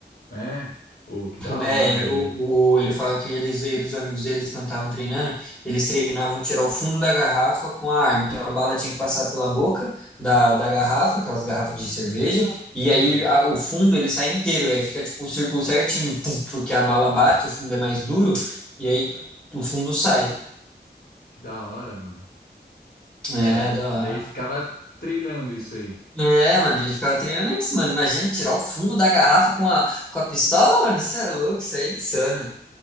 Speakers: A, on the left; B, in the centre.
A: É? Ô, que da hora,
B: É,
A: mano.
B: o, o- ele fala que eles, eles, os amigos deles, quando estavam treinando, eles treinavam tirar o fundo da garrafa com a arma. Então a bala tinha que passar pela boca da, da garrafa, aquelas garrafas de cerveja, e
A: Hum,
B: aí a- o fundo ele sai inteiro, e aí fica tipo o círculo certinho, pum, porque a bala bate, o fundo é mais duro, e aí o fundo sai.
A: que da hora, mano.
B: É,
A: É,
B: da hora.
A: daí ficava treinando isso aí.
B: É, mano, ele ficava treinando isso, mano. Imagina tirar o fundo da garrafa com a, com a pistola, mano. isso é louco, isso aí é insano.